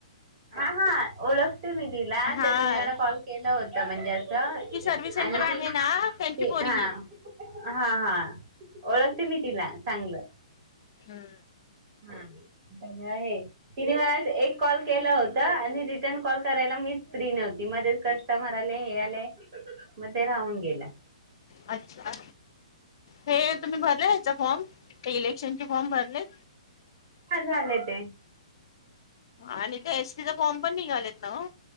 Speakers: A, on the right; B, on the left.
A: हा हा ओळखते मी तिला
B: हा
A: तर तिने मला कॉल केला होता म्हणजे असं.
B: ती सर्व्हिस सेंटर
A: आणि
B: आहे
A: ती
B: ना त्यांची
A: ती
B: परगी
A: हा हा हा ओळखते मी तिला चांगलं
B: हम्म
A: हा आहे तिने मला एक कॉल केलं होत आणि रिटर्न कॉल करायला मी फ्री नव्हती मझेच कस्टमर आले हे आलंय मध्ये राहून गेला
B: अच्छा हे तुम्ही भरले ह्याचा फॉर्म ते इलेक्शन फॉर्म भरले
A: ह झालं ते
B: आणि ते एसटीचा फॉर्म पण निघालेत ना